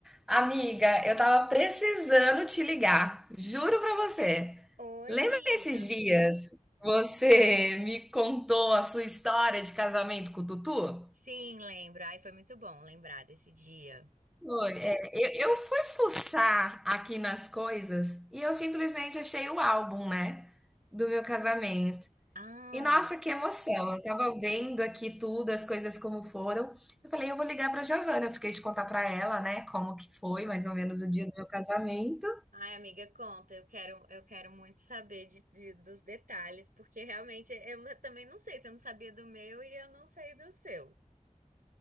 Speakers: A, in the centre; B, on the right.
A: Amiga, eu tava precisando te ligar, juro pra você.
B: Oi,
A: Lembra
B: amiga.
A: desses dias você me contou a sua história de casamento com o Tutu?
B: Sim, lembro. Ai, foi muito bom lembrar desse dia.
A: Foi, é, eu, eu fui fuçar aqui nas coisas e eu simplesmente achei o álbum, né, do meu casamento.
B: Ah,
A: E nossa, que emoção! Eu tava vendo aqui tudo, as coisas como foram. Eu falei, eu vou ligar pra Giovana, eu fiquei de contar pra ela, né, como que foi mais ou menos o dia do meu casamento.
B: ai, amiga, conta. Eu quero, eu quero muito saber de, de- dos detalhes, porque realmente eu n- também não sei. Se eu não sabia do meu e eu não sei do seu.